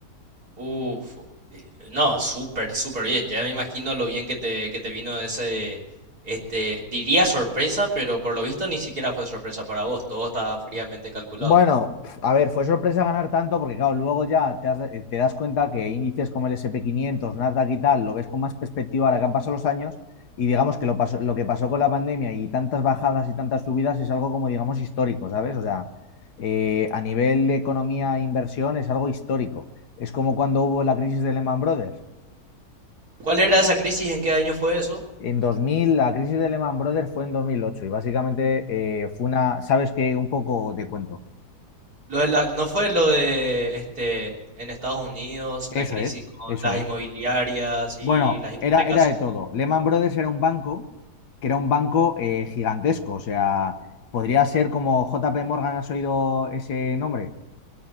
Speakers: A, on the right; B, on the left.
A: uf. eh, No, súper, súper bien. Ya me imagino lo bien que te, que te vino ese, este, diría sorpresa, pero por lo visto ni siquiera fue sorpresa para vos. Todo estaba fríamente calculado.
B: Bueno, pf, a ver, fue sorpresa ganar tanto porque, claro, luego ya te, has- te das cuenta que índices como el S&P quinientos, Nasdaq y tal, lo ves con más perspectiva ahora que han pasado los años y digamos que lo, pasó- lo que pasó con la pandemia y tantas bajadas y tantas subidas es algo como, digamos, histórico, ¿sabes? O sea, eh, a nivel de economía e inversión es algo histórico. Es como cuando hubo la crisis de Lehman Brothers.
A: ¿Cuál era esa crisis? ¿En qué año fue eso?
B: En 2000, la crisis de Lehman Brothers fue en 2008 y básicamente eh, fue una, ¿sabes qué? Un poco te cuento.
A: Lo de la- ¿no fue lo de este en Estados Unidos,
B: Eso
A: la crisis
B: es,
A: con
B: eso
A: las
B: es.
A: inmobiliarias y
B: Bueno,
A: las hipotecas?
B: era, era de todo. Lehman Brothers era un banco que era un banco eh, gigantesco, o sea, podría ser como JP Morgan, ¿has oído ese nombre?